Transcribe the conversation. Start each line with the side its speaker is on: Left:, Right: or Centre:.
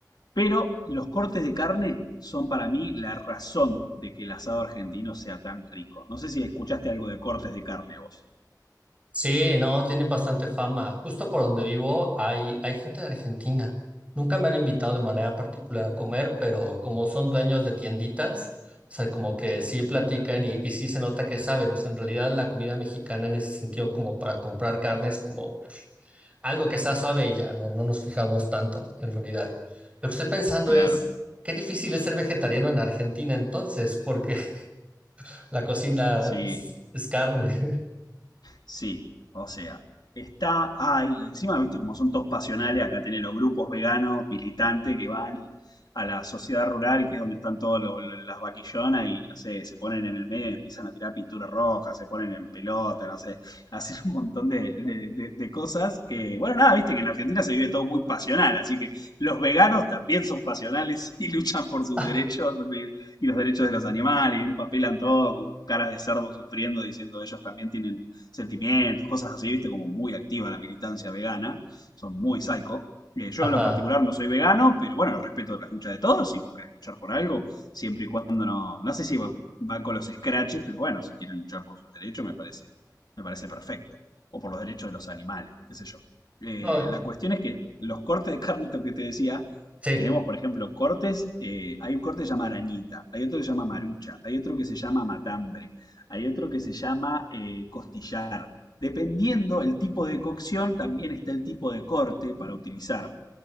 Left: Pero los cortes de carne son para mí la razón de que el asado argentino sea tan rico. No sé si escuchaste algo de cortes de carne vos.
Right: Sí, no, tienen bastante fama. Justo por donde vivo hay, hay gente de Argentina. Nunca me han invitado de manera particular a comer, pero como son dueños de tienditas, o sea, como que sí platican y, y sí se nota que saben. O sea, en realidad la comida mexicana en ese sentido, como para comprar carne, es como algo que sea suave y ya, no, no nos fijamos tanto, en realidad. Lo que estoy pensando
Left: Claro,
Right: es, qué difícil es ser vegetariano en Argentina entonces, porque <laughs> la cocina
Left: sí.
Right: es, es carne.
Left: Sí, o sea, está ahí. Encima, viste, como son todos pasionales, acá tenés los grupos veganos, militantes que van y- a la sociedad rural, que es donde están todas las vaquillonas, y no sé, se ponen en el medio y empiezan a tirar pintura roja, se ponen en pelota, no sé, <laughs> hacen un montón de, de- de- de cosas que, bueno, nada, viste que en la Argentina se vive todo muy pasional, así que los veganos también son pasionales <laughs> y luchan por sus
Right: <laughs>
Left: derechos de- y los derechos de los animales, y empapelan todo con caras de cerdo sufriendo, diciendo ellos también tienen sentimientos, cosas así, viste, como muy activa la militancia vegana, son muy psycho. Eh, yo
Right: Ajá.
Left: en lo particular no soy vegano, pero bueno, respeto las luchas de todos, si vos querés luchar por algo, siempre y cuando no, no sé si va, va con los scratches, pero bueno, si quieren luchar por sus derechos me parece, me parece perfecto, o por los derechos de los animales, qué sé yo. Eh,
Right: No,
Left: la cuestión es que los cortes de carne, esto que te decía,
Right: sí.
Left: tenemos, por ejemplo, cortes. eh, hay un corte que se llama arañita, hay otro que se llama marucha, hay otro que se llama matambre. Hay otro que se llama eh, costillar. Dependiendo el tipo de cocción, también está el tipo de corte para utilizar.